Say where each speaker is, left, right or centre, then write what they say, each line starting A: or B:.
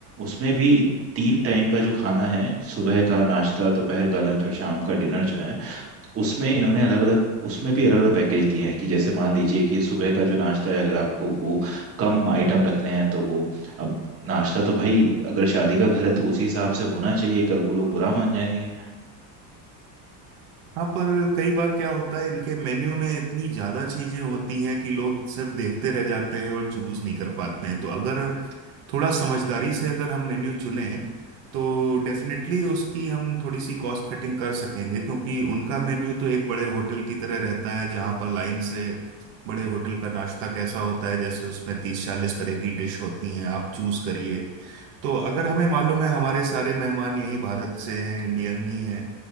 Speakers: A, on the right (about 30°); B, on the right (about 80°).
A: उसमें भी तीन टाइम का जो खाना है सुबह का नाश्ता दोपहर का लंच और शाम का डिनर जो है उसमें
B: हम्म।
A: इन्होंने अलग अलग उसमें भी अलग अलग पैकेज दिए हैं कि जैसे मान लीजिए कि सुबह का जो नाश्ता है अगर आपको वो कम आइटम रखने हैं तो वो अब नाश्ता तो भाई अगर शादी का घर है तो उसी हिसाब से होना चाहिए कल को लोग बुरा मान जाएंगे
B: हाँ पर कई बार क्या होता है इनके मेन्यू में इतनी ज्यादा चीजें होती हैं कि लोग सिर्फ देखते रह जाते हैं और चूज नहीं कर पाते हैं तो अगर थोड़ा समझदारी से अगर हम मेन्यू चुने तो डेफिनेटली उसकी हम थोड़ी सी कॉस्ट कटिंग कर सकेंगे क्योंकि उनका मेन्यू तो एक बड़े होटल की तरह रहता है जहाँ पर लाइन से बड़े होटल का नाश्ता कैसा होता है जैसे उसमें तीस चालीस तरह की डिश होती हैं आप चूज करिए तो अगर हमें मालूम है हमारे सारे मेहमान यही भारत से हैं इंडियन ही हैं